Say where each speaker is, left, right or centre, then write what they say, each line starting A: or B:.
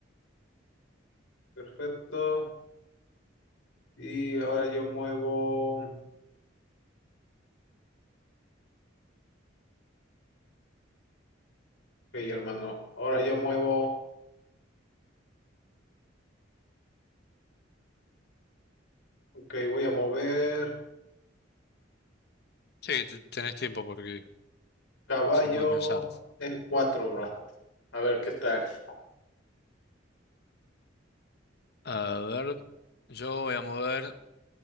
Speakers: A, on the left (about 85°); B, on the left (about 55°).
A: Perfecto. Y ahora yo muevo. Ok, hermano. Ahora yo muevo. Ok, voy a mover
B: Sí, t- tenés tiempo porque
A: caballo
B: se puede pensar.
A: el 4, bro. A ver, ¿qué tal? Ok,
B: A ver, yo voy a mover